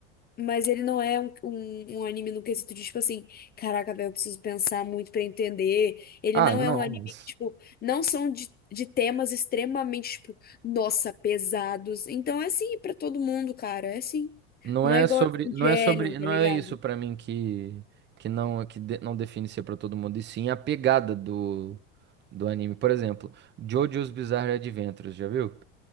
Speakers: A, on the left; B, on the right.
A: Mas ele não é um, um, um anime no quesito de, tipo assim, caraca, velho, eu preciso pensar muito pra entender. Ele
B: Ah,
A: não
B: não,
A: é um anime
B: mas
A: que, tipo, não são de, de temas extremamente, tipo, nossa, pesados. Então é assim pra todo mundo, cara, é assim.
B: não
A: Não
B: é
A: é igual
B: sobre,
A: Evangelion,
B: não é sobre,
A: tá
B: não
A: ligado?
B: é isso pra mim que que não que de- não define ser pra todo mundo, e sim a pegada do do anime. Por exemplo, JoJo's Bizarre Adventures, já viu?